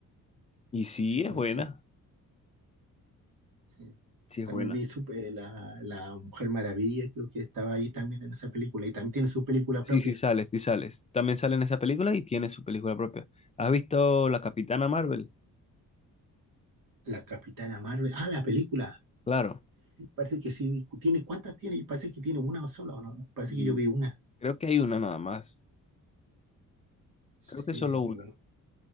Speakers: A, on the left (about 20°); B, on the right (about 70°).
A: Y sí,
B: Sí, pues
A: es buena.
B: sí, sí.
A: Sí, es
B: También
A: buena.
B: vi Sup- eh, la, la Mujer Maravilla, creo que estaba ahí también en esa película y también tiene su película
A: Sí,
B: propia.
A: sí sales, sí sales. También sale en esa película y tiene su película propia. ¿Has visto La Capitana Marvel?
B: La Capitana Marvel. Ah, la película.
A: Claro.
B: Parece que sí. ¿Tiene, cuántas tiene? Parece que tiene una sola, ¿o no? Parece
A: Mm,
B: que yo vi una.
A: Creo que hay una nada más.
B: Sí,
A: Creo que solo
B: muy
A: una.
B: bueno.